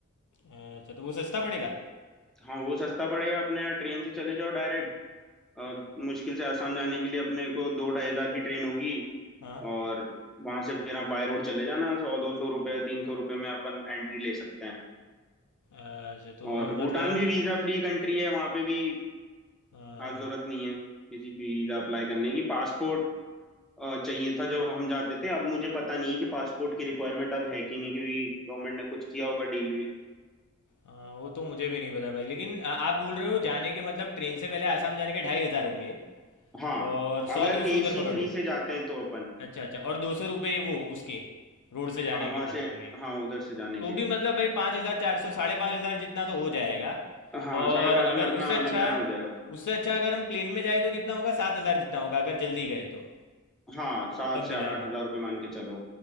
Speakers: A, on the left; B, in the centre.
A: अच्छा तो वो सस्ता पड़ेगा
B: हाँ वो सस्ता पड़ेगा अपने ट्रेन से चले जाओ डायरेक्ट अ, मुश्किल से आसाम जाने के लिए अपने को दो ढाई हजार की ट्रेन होगी
A: हाँ
B: और वहां से फिर आप बाय रोड चले जाना सौ दो सौ रुपये तीन सौ रुपये में अपन एंट्री ले सकते हैं
A: अच्छा तो
B: और
A: मतलब
B: भूटान भी वीजा फ्री कंट्री है वहां पे भी
A: हाँ
B: खास जरूरत नहीं है किसी की वीजा अप्लाई करने की पासपोर्ट अ, चाहिए था जब हम जाते थे अब मुझे पता नहीं है कि पासपोर्ट की रिक्वायरमेंट अब है कि नहीं क्योंकि गवर्नमेंट ने कुछ किया होगा डील वील
A: हाँ, वो तो मुझे भी नहीं पता भाई लेकिन आ- आप बोल रहे हो जाने के मतलब ट्रेन से पहले आसाम जाने के ढाई हजार होंगे
B: हाँ
A: और सौ
B: अगर
A: दो सौ
B: एसी
A: उधर पकड़
B: थ्री
A: लो
B: से जाते हैं तो अपन
A: अच्छा अच्छा और दो सौ रुपये वो उसके रोड से जाने
B: हाँ वहां
A: के बाद
B: से
A: में आगे
B: हाँ उधर से जाने
A: तो
B: के
A: भी मतलब भाई पाँच हज़ार चार सौ साढ़े पाँच हज़ार जितना तो हो जाएगा
B: हाँ
A: और
B: साढ़े पाँच
A: अगर
B: में अपना
A: उससे अच्छा
B: आना जाना हो जाएगा
A: उससे अच्छा अगर हम प्लेन में जाए तो कितना होगा सात हज़ार जितना होगा अगर जल्दी गए तो
B: हाँ सात
A: सब
B: से
A: मिला
B: आठ
A: के
B: हजार रुपये मान के चलो